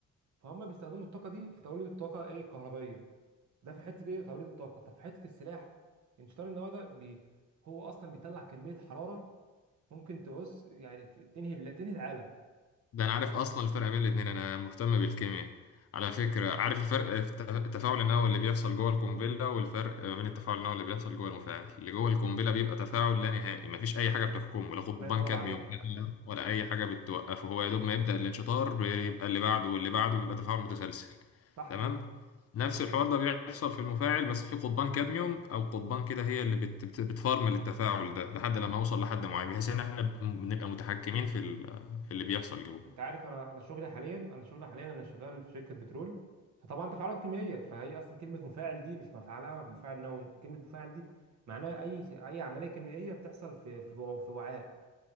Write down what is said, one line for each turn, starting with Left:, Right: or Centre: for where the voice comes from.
Right: فهم بيستخدموا الطاقه دي في توليد الطاقه ايه الكهربائيه ده في حته ايه توليد الطاقه طب في حته السلاح انشطار النواه ده بي هو اصلا بيطلع كميه حراره ممكن تبص يعني ت- تنهي بلا- تنهي العالم
Left: ده انا عارف اصلا الفرق بين الاتنين انا مهتم بالكيمياء على فكرة عارف الفرق في التف- التفاعل النووي اللي بيحصل جوه القنبلة والفرق ما بين التفاعل النووي اللي بيحصل جوه المفاعل اللي جوه القنبلة بيبقى تفاعل لا نهائي مفيش اي حاجة بتحكمه لا قضبان
Right: الله ينور
Left: كادميوم
Right: عليك
Left: ولا ولا اي حاجة بتوقفه هو يا دوب ما يبدأ الانشطار بيبقى اللي بعده واللي بعده بيبقى تفاعل متسلسل
Right: صح
Left: تمام
Right: كده
Left: نفس الحوار ده بيحصل في المفاعل بس في قضبان كادميوم او قضبان كده هي اللي بت بت بتفرمل التفاعل ده لحد لما اوصل لحد معين بحيث ان احنا بنبقى متحكمين في ال- في اللي بيحصل جوه
Right: انت عارف انا انا شغلي حاليا انا شغلي حاليا انا شغال في شركه بترول فطبعا تفاعلات كيميائيه فهي اصلا كلمه مفاعل دي مش مفعلها مفاعل نووي كلمه مفاعل دي معناها اي اي عمليه كيميائيه بتحصل في في وع- في وعاء